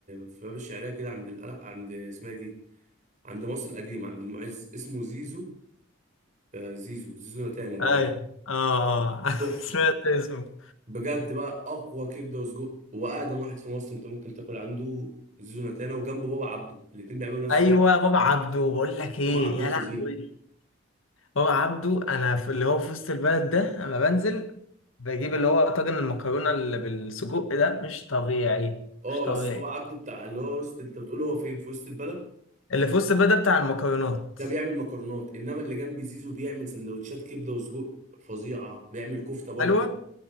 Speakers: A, on the right; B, on the left.
A: في باب الشعرية كده عند القلق عند اسمها إيه دي عند مصر القديمة عند المعز اسمه زيزو آه زيزو زيزو نتانا باين
B: ايوه اه <laughs> اه
A: تحفة
B: سمعت اسمه
A: بجد بقى أقوى كبدة وسجق وأقدم واحد في مصر أنت ممكن تاكل عنده زيزو نتانا وجنبه بابا عبده الاتنين بيعملوا نفس
B: ايوه
A: النوع
B: بابا عبده بقول لك ايه
A: بابا عبده
B: يا
A: ده فظيع
B: لهوي بابا عبده انا في اللي هو في وسط البلد ده انا بنزل بجيب اللي هو طاجن المكرونه اللي بالسجق ده مش طبيعي
A: اه
B: مش طبيعي
A: بس بابا عبده بتاع اللي هو وسط انت بتقول هو فين في وسط البلد
B: اللي في وسط البلد ده بتاع المكرونات
A: ده بيعمل مكرونات انما اللي جنب زيزو بيعمل سندوتشات كبده وسجق فظيعه بيعمل كفته برضو
B: حلوه